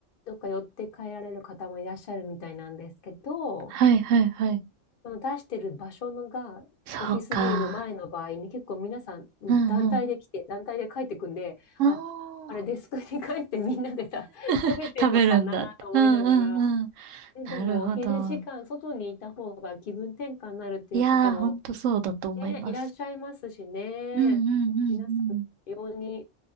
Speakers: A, on the left; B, on the right.
A: どっか寄って帰られる方もいらっしゃるみたいなんですけど、
B: はいはいはい。
A: その出してる場所のが、
B: そうか。
A: オフィスビルの前の場合に結構皆さん団体で来て、
B: うんうん。
A: 団体で帰ってくんで、あ、
B: あ
A: あれデスクに帰ってみんなでた <laughs> 食べてんのかなと思いながら、
B: ー、食べるんだ。うんうんうん。
A: ででもお昼時間外にいた方が気分転換になるっていう方も
B: なるほど。いやー、ほんとそうだと思います。
A: ね、いらっしゃいますしね、
B: うんうんうんうん。
A: 皆さん、ように